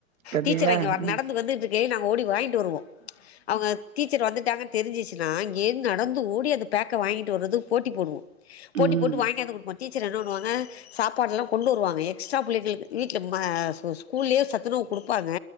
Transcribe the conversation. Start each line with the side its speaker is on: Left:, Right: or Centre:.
Right: பாத்தீங்களா
Left: டீச்சர் அங்கெ வ
Right: ம்
Left: நடந்து வந்துட்டு கே நாங்க ஓடி வாயின்ட்டு வருவோ அவுங்க டீச்சர் வந்துட் டாங்கனு தெரிஞ்சுச்சுன்னா இங்கேந் நடந்து ஓடி அந்த பேக்க வாங்கிட்டு வர்றது போட்டி போடுவோ போட்டி
Right: ம்
Left: போட்டு வாங்கியாந்து குடுப்போ டீச்சர் என்ன பண்ணுவாங்க சாப்பாடெல்லா கொண்டு வருவாங்க எக்ஸ்ட்ரா புள்ளைங்களுக்கு வீட்ல ம ஸ்கூல்லயே சத்துணவு குடுப்பாங்க